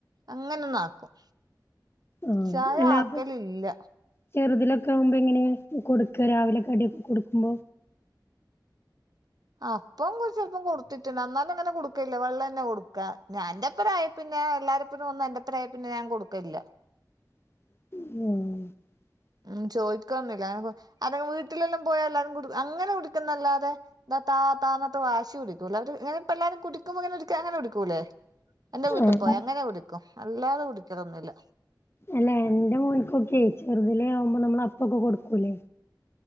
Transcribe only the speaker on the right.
അങ്ങെനൊന്നാക്കും.
ചായ
ആക്കലില്ല.
അപ്പം കുറച്ചാല്പ് ചെലപ്പം കൊടുത്തിട്ടുണ്ട് അന്നാന്നങ്ങനെ കൊടുക്കല്ല വെള്ളെന്ന കൊടുക്കാ <unintelligible> പിന്നെ എല്ലാരപ്പനും ഒന്നും എന്റെപ്പരായെപ്പിന്നെ ഞാൻ കൊടുക്കൽല്ല.
ഉം ചോയ്ക്കൊന്നില്ല അങ്ങനെ അല്ലെങ്കി വീട്ടിലെല്ലാം പോയാ എല്ലാരും കൊടുക്കും അങ്ങനെ കുടിക്കുംന്നല്ലാതെ ഇതാ താ താ വന്നിട്ട് വാശി പിടിക്കൂല. അവര് ഇങ്ങനെ പിള്ളാര് കുടിക്കുമ്പോ ഇങ്ങനെക്ക അങ്ങനെ കുടിക്കൂല്ലേ എന്റെ വീട്ട്
പോയാ അങ്ങനെ കുടിക്കും അല്ലാതെ കുടിക്കലൊന്നുല്ല.